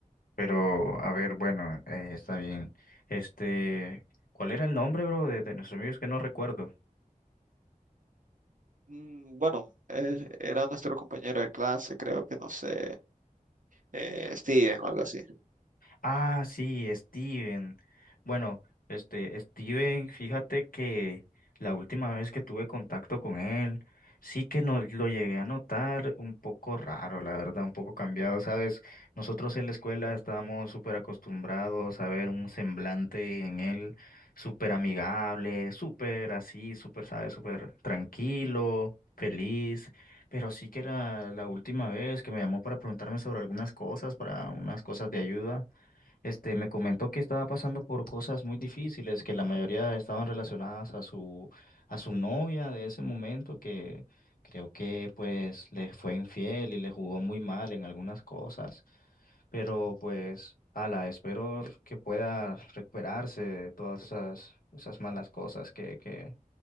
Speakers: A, on the left; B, on the right.
A: Pero, a ver, bueno, eh, está bien. Este, ¿cuál era el nombre, bro, de, de nuestros amigos que no recuerdo?
B: Mm, Bueno, eh, era nuestro compañero de clase, creo que no sé, eh, Steven o algo así.
A: Ah, sí, Steven. Bueno, este, Steven, fíjate que la última vez que tuve contacto con él, sí que no, lo llegué a notar un poco raro, la verdad, un poco cambiado, ¿sabes? Nosotros en la escuela estábamos súper acostumbrados a ver un semblante en él súper amigable, súper así, súper, ¿sabes? Súper tranquilo, feliz. Pero sí que la, la última vez que me llamó para preguntarme sobre algunas cosas, para unas cosas de ayuda. Este, me comentó que estaba pasando por cosas muy difíciles, que la mayoría estaban relacionadas a su, a su novia de ese momento, que creo que pues le fue infiel y le jugó muy mal en algunas cosas. Pero pues, ala, espero que pueda recuperarse de todas esas, esas malas cosas que, que,